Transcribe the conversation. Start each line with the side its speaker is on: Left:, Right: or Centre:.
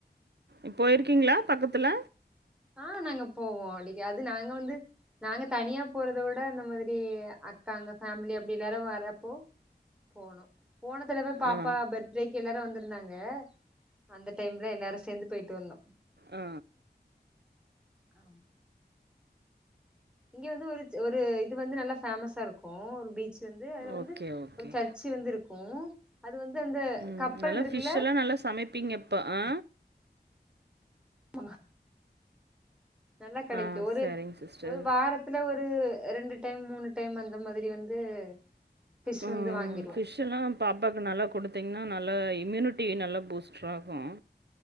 Right: இப்போ
Centre: ஆமா
Right: இருக்கீங்களா பக்கத்துல
Centre: ஆ நாங்க போவோ அடிக்கு அது நாங்க வந்து நாங்க தனியா போறத விட அந்த மாதிரி அக்கா அங்க ஃபேமிலி அப்டி எல்லாரும் வரப்போ போனும் போன தடவை பாப்பா
Right: ஆ
Centre: பர்த்டேக்கு எல்லாரும் வந்து இருந்தாங்க அந்த டைம்ல எல்லாரும் சேந்து போயிட்டு வந்தோ
Right: ஆ
Centre: க இங்க வந்து ஒரு ஒரு இது வந்து நல்லா பேஃமஸா இருக்கும் ஒரு பீச் வந்து அதுல வந்து
Right: ஓகே ஓகே
Centre: ஒரு சர்ச்சு வந்து இருக்கும் அது வந்து அந்த
Right: ம்.
Centre: கப்பல்
Right: நல்லா
Centre: இருக்குல்ல
Right: ஃபிஷ் எல்லாம் நல்லா சமைப்பீங்க இப்ப. ஆ,
Centre: மா நல்லா கிடக்கும்
Right: ஆ
Centre: ஒரு
Right: சரிங்க சிஸ்டர்.
Centre: ஒரு வாரத்துல ஒரு இது ரெண்டு டைம் மூணு டைம் அந்த மாதிரி வந்து ஃபிஷ்
Right: ம்
Centre: வந்து வாங்கிருவோ
Right: ஃபிஷ் எல்லா பாப்பாக்கு நல்லா கொடுத்தீங்கன் நல்லா இம்யூனிட்டி நல்லா பூஸ்டர் ஆகும்